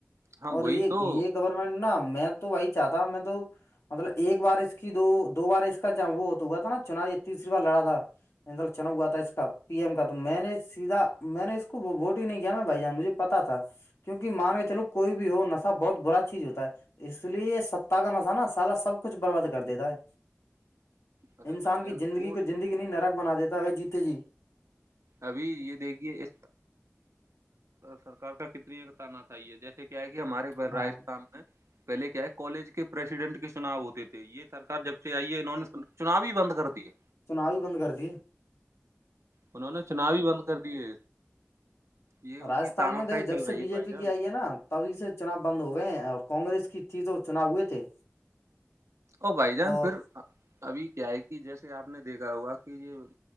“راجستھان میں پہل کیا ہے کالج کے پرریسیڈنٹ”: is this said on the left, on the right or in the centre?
Right